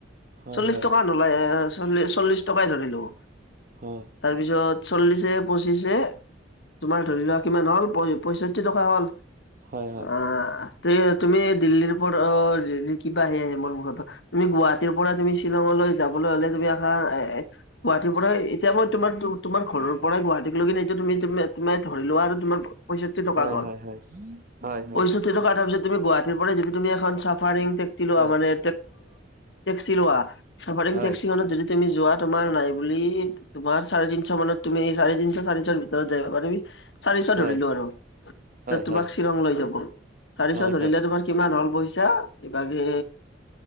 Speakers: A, on the right; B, on the left.
A: হয়
B: চল্লিশ
A: হয়
B: টকা নলয় এ' চল্লিশ টকাই ধৰিলো।
A: হয়।
B: তাৰ পিছত চল্লিশে-পঁচিশে তোমাৰ ধৰি লোৱা কিমান হ'ল পয়ষষ্ঠি টকা হ'ল।
A: হয় হয়
B: আ তুমি দিল্লীৰ ওপৰত অ দিল্লীৰ কিবা আহে আছে মোৰ মুৰত তুমি গুৱাহাটীৰ পৰা তুমি শ্বিলংঙলৈ যাবলৈ হ'লে তুমি আহা এ গুৱাহাটীৰ পৰাই এতিয়া মই তোমাৰ তোমাৰ ঘৰৰ পৰাই গুৱাহাটীক লৈকে ন' এই তুমি তুমি ধৰি লোৱা আৰু তোমাৰ পয়ষষ্ঠি টকা
A: হয়
B: গ'ল।
A: হয় হয় হয় হয়
B: পয়ষষ্ঠি সেইটো কাৰণে তাৰপিছত তুমি গুৱাহাটীৰ পৰা যদি তুমি এ' চাফাৰিং টেক্সি লোৱা
A: হয়
B: মানে অ টেক্সি লোৱা চাফাৰিং
A: হয়
B: টেক্সিখনত যদি তুমি যোৱা তোমাৰ নাই বুলি তোমাৰ চাৰেতিনশ মানত, তুমি চাৰি তিনশ চাৰি ভিতৰত যাব পাৰিবি চাৰিশ
A: হয়
B: ধৰিলো আৰু।
A: হয়
B: যে
A: হয়
B: তোমাক
A: হয়
B: শ্বিলং লৈ যাব। চাৰিশত
A: হয় হয়
B: ধৰিলে তোমাৰ কিমান হ'ল পইচা? এইভাগে